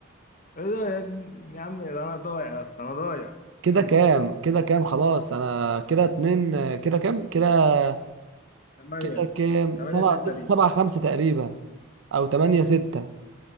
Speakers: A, on the left; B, on the right.
A: إيه ده يا يا عم ده انا ضايع يا اسطى انا ضايع
B: كده
A: ماشي
B: كام كده كام خلاص انا كده اتنين آه، كده كام كده
A: ثمانية
B: كده كام
A: ثمانية
B: سبعة
A: ستة
B: ست-
A: ليك
B: سبعة خمسة تقريبا او تمانية ستة